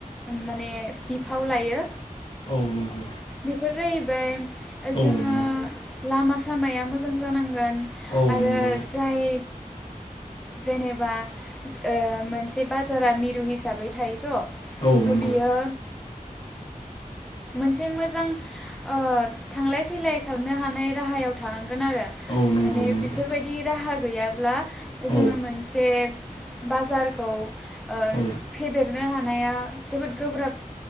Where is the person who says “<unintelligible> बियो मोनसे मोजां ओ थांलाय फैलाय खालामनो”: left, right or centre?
Centre